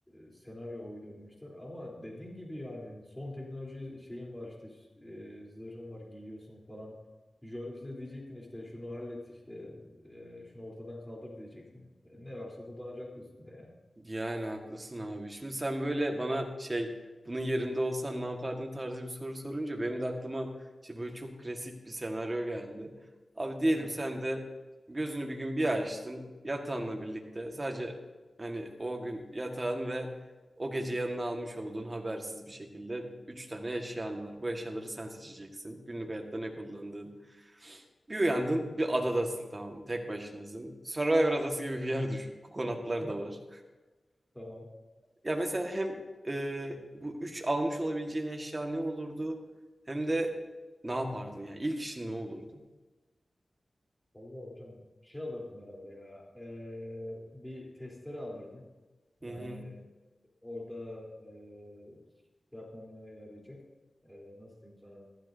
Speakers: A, in the centre; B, on the right.
A: e, senaryo uydurmuşlar. Ama dediğin gibi yani son teknoloji şeyin var işte e, zırhın var giyiyorsun falan. Jarvis'e diyecektin işte şunu hallet işte e, şunu ortadan kaldır diyecektin. E, Ne varsa kullanacaktı üstünde yani.
B: Yani haklısın abi. Şimdi sen böyle bana şey bunun yerinde olsan ne yapardın tarzı bir soru sorunca benim de aklıma işte böyle çok klasik bir senaryo geldi. Abi diyelim
A: Heh,
B: sen de gözünü bir gün bir açtın yatağınla birlikte sadece hani o gün yatağın ve o gece yanına almış olduğun habersiz bir şekilde üç tane eşyan var. Bu eşyaları sen seçeceksin. Günlük hayatta ne kullandığın. Bir uyandın bir adadasın tamam mı? tek başınasın. Survivor adası gibi bir yer düşün. Kokonatlar
A: <laughs>
B: da var.
A: tamam.
B: Ya mesela hem e, bu üç almış olabileceğin eşya ne olurdu hem de ne yapardın yani ilk işin ne olurdu?
A: Vallahi hocam şey alırdım herhalde ya. Ee, bir testere alırdım. Yani
B: Hı hı
A: orada ee, şey yapmamı yarayacak. Ee, nasıl diyeyim sana?